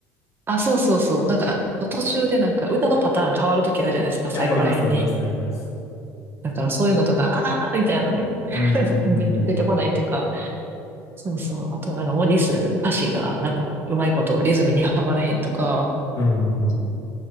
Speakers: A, on the right; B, on the left.
A: あ、そうそうそう。なんか、途中でなんか歌のパターン変わるときあるじゃないですか、
B: や、
A: 最後ら辺に。
B: あります、あります、あります。
A: だからそういうのとか、あーみたいなのね。<laughs>
B: うん、うん、
A: 出て、
B: うん、うん。
A: 出てこないっていうか、そうそう。あとはなんか文字数、歌詞がなんかうまいことリズムにはまらへんとか、
B: うんうんうん。